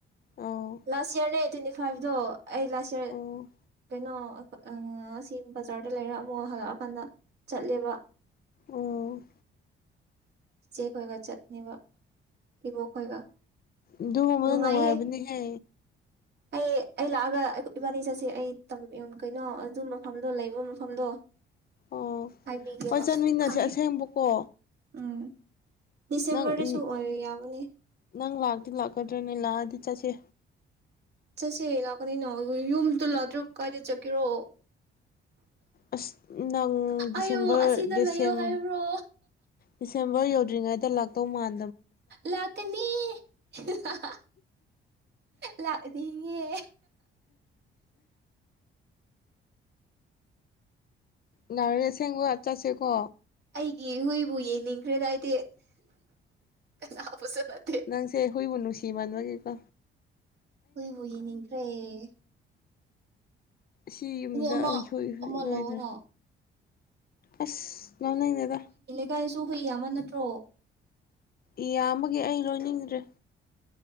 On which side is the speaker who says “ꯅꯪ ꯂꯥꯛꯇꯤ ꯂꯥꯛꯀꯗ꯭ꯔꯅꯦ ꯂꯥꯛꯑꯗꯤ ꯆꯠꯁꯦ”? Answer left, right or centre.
Left